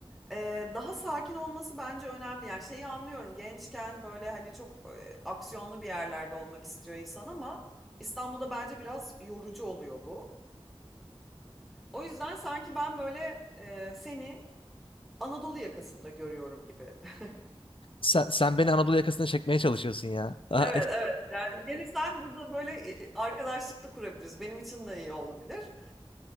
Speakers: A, in the centre; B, on the left.
A: ee, daha sakin olması bence önemli. Yani şeyi anlıyorum. Gençken böyle hani çok e, aksiyonlu bir yerlerde olmak istiyor insan ama İstanbul'da bence biraz yorucu oluyor bu. O yüzden sanki ben böyle e, seni Anadolu yakasında görüyorum gibi. <laughs>
B: Sen, sen beni Anadolu yakasına çekmeye çalışıyorsun ya. <laughs>
A: Evet, evet. Yani <laughs> gelirsen burada böyle e, arkadaşlık da kurabiliriz. Benim için de iyi olabilir.